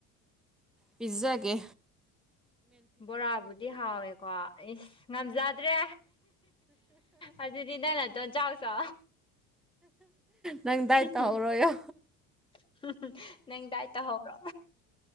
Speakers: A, in the centre; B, on the left (about 15°).
A: ꯄꯤꯖꯥꯒꯦ
B: ꯕꯣꯔꯥꯕꯨꯗꯤ ꯍꯥꯎꯋꯦꯀꯣ ꯏꯁ ꯉꯝꯖꯗ꯭ꯔꯦ ꯑꯗꯨꯗꯤ ꯅꯪ ꯅꯇꯣꯟ ꯆꯥꯎꯆꯣ
A: ꯅꯪ ꯗꯥꯏꯠ
B: ꯍꯨꯝ
A: ꯇꯧꯍꯧꯔꯣꯌꯣ
B: ꯍꯨꯝ ꯍꯨꯝ ꯅꯪ ꯗꯥꯏꯠ ꯇꯧꯍꯧꯔꯣ